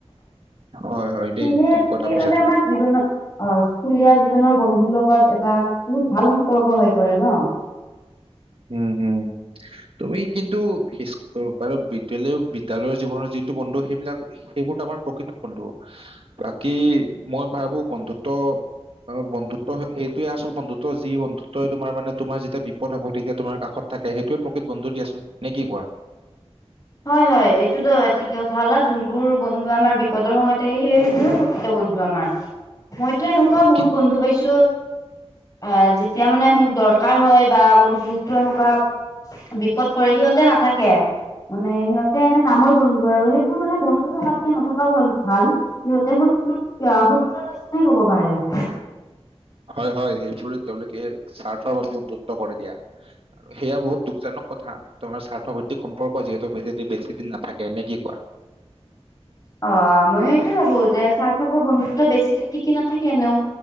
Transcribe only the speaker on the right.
হয় হয়,
দেই ঠিক কথা
কৈছা তুমি।
হুম হুম তুমি কিন্তু বাৰু বিদ্যালয় বিদ্যালয়ৰ জীৱনৰ যিটো বন্ধু সেইবিলাক সেইবোৰতো আমাৰ প্ৰকৃত বন্ধু বাকী মই ভাবো বন্ধুত্ব অ বন্ধুত্ব সেইটোয়ে আচল বন্ধুত্ব যি বন্ধুত্বই তোমাৰ মানে তোমাৰ যেতিয়া বিপদ আপদ হ'ব তেতিয়া তোমাৰ কাষত থাকে সেইটোৱে প্ৰকৃত বন্ধু দিয়াচোন নে কি কোৱা
অ,
কিন্তু
হয় হয় সেইবোৰে তেওঁলোকে স্বাৰ্থৰ বাবে বন্ধুত্ব কৰে দিয়া। সেয়া বহুত দুখজনক কথা। তোমাৰ স্বাৰ্থভিত্তিক সম্পৰ্ক যিহেতু বেছিদিন বেছিদিন নাথাকে নে কি কোৱা?